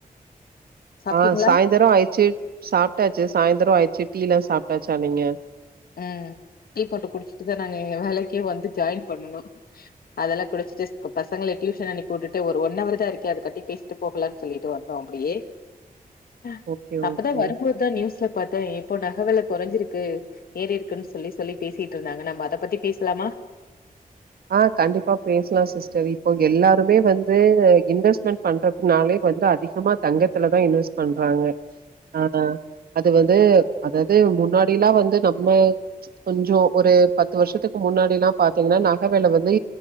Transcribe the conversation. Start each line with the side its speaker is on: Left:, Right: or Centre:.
Left: சாப்ட்டீங்களா
Right: ஆ சாய்ந்தரோ ஆயிச்சு சாப்படாச்சு சாய்ந்தரோ ஆயிச்சு டீலா சாப்டாச்சா நீங்க
Left: ம் டீ போட்டு குடிச்சுட்டுதா நாங்க இங்க வேலைக்கே வந்து ஜாயின் பண்ணுனோ அதெல்லா குடிச்சுட்டு பசங்கள டியூஷன் அனுப்பி உட்டுட்டு ஒரு ஒன் ஹவர் தா இருக்கே அதக்காட்டி பேசிட்டு போகலான் சொல்லிட்டு வந்தோ அப்பிடியே அ
Right: ஓகே
Left: அப்பதா
Right: ஓகே
Left: வரும்போ தா நியூஸ்ல பாத்தே இப்போ நகவெல கொறஞ்சிருக்கு ஏறிருக்குன்னு சொல்லி சொல்லி பேசிட்டுருந்தாங்க நம்ம அத பத்தி பேஸ்லாமா
Right: ஆ கண்டிப்பா பேசலா சிஸ்டர் இப்போ எல்லாருமே வந்து இன்வெஸ்ட்மென்ட் பண்றதுனாலே வந்து அதிகமா தங்கத்துலதா இன்வெஸ்ட் பண்றாங்க ஆ அது வந்து அதாது முன்னாடில்லா வந்து நம்ம கொஞ்சோ ஒரு பத்து வருஷத்துக்கு முன்னாடிலா பாத்தீங்ன்னா நா நகவெல வந்து